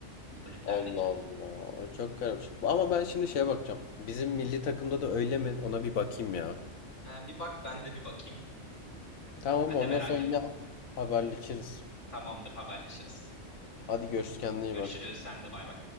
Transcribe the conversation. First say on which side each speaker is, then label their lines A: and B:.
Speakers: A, on the left (about 60°); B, on the left (about 85°).
A: kulüplerdeki.
B: Allah Allah. O çok garipmiş. Ama ben şimdi şeye bakacağım. Bizim milli takımda da öyle mi? Ona bir bakayım ya.
A: Ha, bir bak ben de bir bakayım.
B: Tamam
A: Ben
B: ondan
A: de merak
B: sonra
A: ettim.
B: yine haberleşiriz.
A: Tamamdır haberleşiriz.
B: Hadi görüşürüz kendine iyi
A: Görüşürüz
B: bak.
A: sen de bay bay.